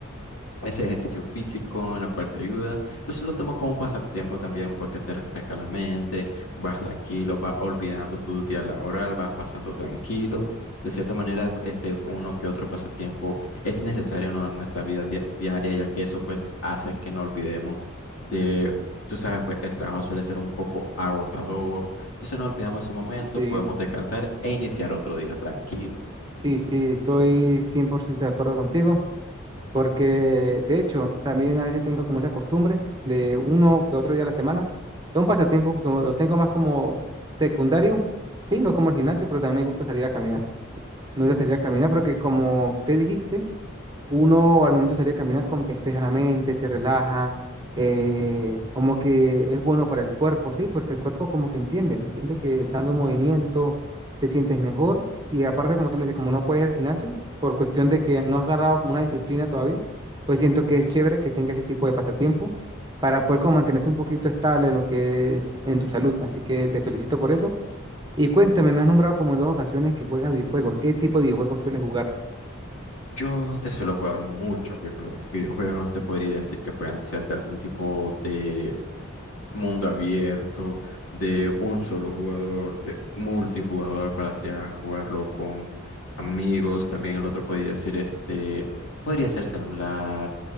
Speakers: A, on the left (about 80°); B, on the right (about 20°).
A: ese ejercicio físico en lo cual te ayuda. Entonces lo tomo como un pasatiempo también porque te refresca la mente, vas tranquilo, vas olvidando tu día laboral, vas pasando tranquilo. De cierta manera, es, este uno que otro pasatiempo es necesario ¿no? en nuestra vida dia- diaria, ya que eso pues hace que no olvidemos de, tú sabes, pues el trabajo suele ser un poco agotador, entonces no olvidamos ese momento,
B: Sí,
A: podemos descansar e iniciar otro día tranquilo.
B: sí, sí, estoy 100% de acuerdo contigo, porque de hecho también a veces tengo como esa costumbre de uno que otro día a la semana. Es un pasatiempo que lo tengo más como secundario, sí, no como el gimnasio, pero también me gusta salir a caminar. nunca salir a caminar, porque como usted dijiste, uno al momento de salir a caminar como que despeja la mente, se relaja, eh, como que es bueno para el cuerpo, sí, porque el cuerpo como que entiende, entiende que estando en movimiento te sientes mejor y aparte como tú me dices, como no puedes ir al gimnasio, por cuestión de que no has agarrado como una disciplina todavía, pues siento que es chévere que tenga ese tipo de pasatiempo para poder como mantenerse un poquito estable lo que es en tu salud, así que te felicito por eso. Y cuéntame, me has nombrado como en dos ocasiones que juegas videojuegos. ¿Qué tipo de videojuegos sueles jugar?
A: Yo te suelo jugar muchos videojuegos. Videojuegos te podría decir que pueden ser de algún tipo de mundo abierto, de un solo jugador, de multijugador para así a jugarlo con amigos. También el otro podría decir este, podría ser celular,